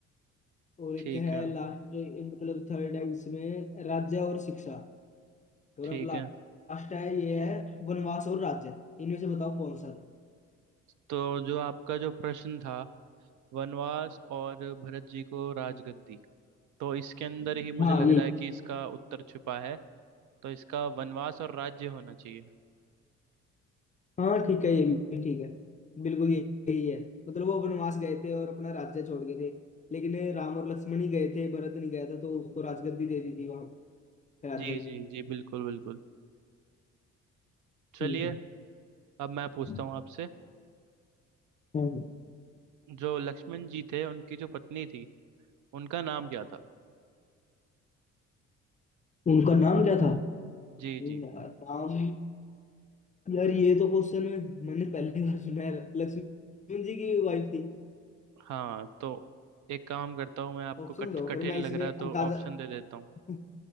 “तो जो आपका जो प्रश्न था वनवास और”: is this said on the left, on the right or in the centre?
Right